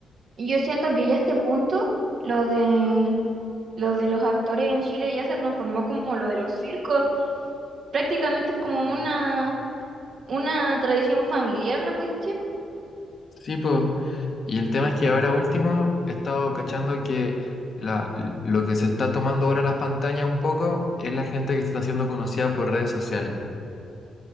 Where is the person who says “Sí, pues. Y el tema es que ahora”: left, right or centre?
Left